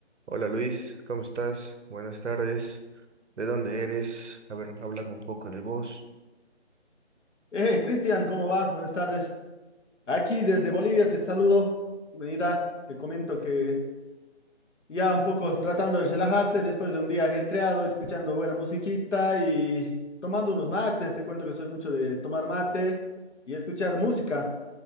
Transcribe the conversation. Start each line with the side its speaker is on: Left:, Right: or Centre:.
Right: Hola Luis, ¿cómo estás? Buenas tardes. ¿De dónde eres? A ver, háblame un poco de vos.
Left: Eh, Cristian, ¿cómo va? Buenas tardes. Aquí desde Bolivia te saludo. Mira, te comento que ya un poco tratando de relajarse después de un día ajetreado, escuchando buena musiquita y tomando unos mates. Te cuento que soy mucho de tomar mate y escuchar música.